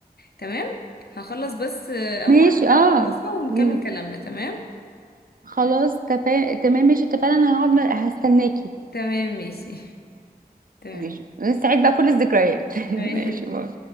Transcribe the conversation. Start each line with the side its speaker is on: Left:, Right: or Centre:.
Left: تمام هخلص بس آه،
Right: ماشي
Left: اقوم اعملها
Right: اه
Left: ونكمل
Right: مم.
Left: كلامنا تمام
Right: خلاص تفا... تمام ماشي اتفقنا انا هقعد هستناكي
Left: تمام ماشي <laughs> تمام
Right: ماشي نستعيد بقى كل الذكريات <laughs>
Left: تمام
Right: ماشي باي